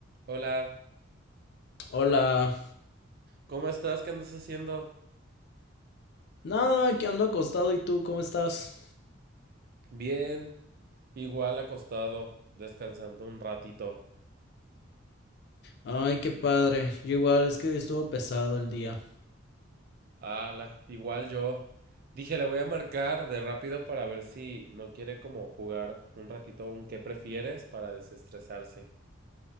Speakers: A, on the right; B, on the left.
A: Hola,
B: Hola.
A: ¿cómo estás? ¿Qué andas haciendo?
B: Nada, que ando acostado y tú, ¿cómo estás?
A: Bien, igual acostado, descansando un ratito.
B: Ay, qué padre. Yo igual, es que hoy estuvo pesado el día.
A: Ala, igual yo. Dije, le voy a marcar de rápido para ver si no quiere como jugar un ratito un qué prefieres para desestresarse.